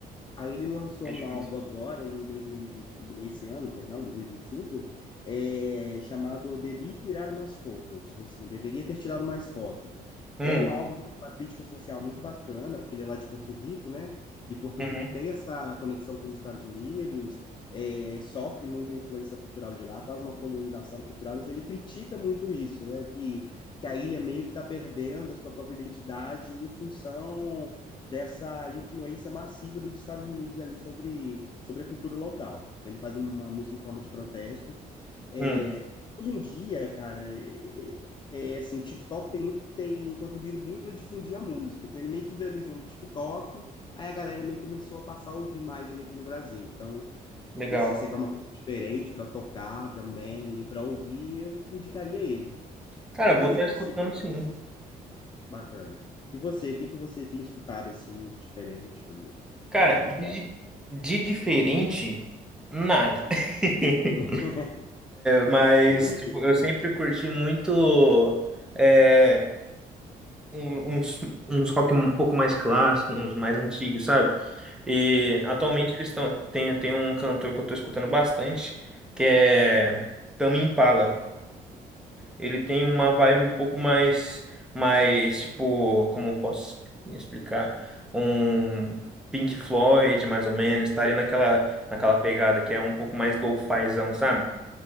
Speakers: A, on the left (about 30°); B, in the centre.
A: Aí ele lançou
B: É difícil.
A: um álbum agora, em 2018, esse ano, perdão, 2025, é, chamado Debi Tirar Umas Fotos. Assim, deveria ter tirado mais fotos.
B: Hum,
A: É um álbum que tem uma crítica social muito bacana, porque ele é lá de Porto Rico, né? E Porto
B: uhum,
A: Rico tem essa conexão com os Estados Unidos, é, sofre muita influência cultural de lá, quase uma colonização cultural. Então ele critica muito isso, né? Que, que a ilha meio que está perdendo a sua própria identidade em função dessa influência massiva dos Estados Unidos ali sobre, sobre a cultura local. Então, ele faz uma música em forma de protesto. É,
B: hum,
A: hoje em dia, cara, é, é, é assim, o TikTok tem muito tem contribuído muito para difundir a música. Então ele meio que viralizou no TikTok, aí a galera meio que começou a passar a ouvir mais ele aqui no Brasil. Então,
B: legal.
A: é, se você quer uma coisa diferente para tocar também e para ouvir, eu te indicaria ele.
B: Cara,
A: Mas
B: vou estar
A: e você?
B: escutando
A: O
B: sim.
A: que você Bacana. E você, o que que você tem escutado assim de diferente ou
B: Cara,
A: de habitual?
B: de, de diferente, nada. <laughs>
A: <laughs>
B: Mas,
A: Sei como é
B: tipo,
A: que.
B: eu sempre curti muito. É, um- uns, uns rock um pouco mais clássicos, uns mais antigos, sabe? E
A: Sei,
B: atualmente eles estão. Tem, tem um cantor que eu tô escutando bastante, que é Tame Impala. Ele tem uma vibe um pouco mais, mais tipo, como eu posso explicar? Um Pink Floyd, mais ou menos, tá ali naquela, naquela pegada que é um pouco mais lo-fizão, sabe?